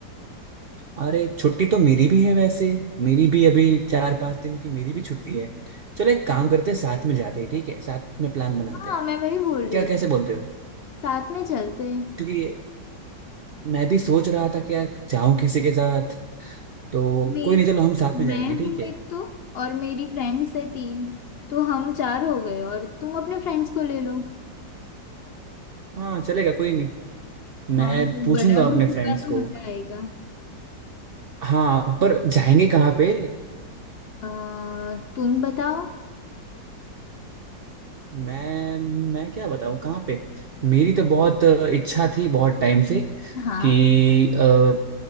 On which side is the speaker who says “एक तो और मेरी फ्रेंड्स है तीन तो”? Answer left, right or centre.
Left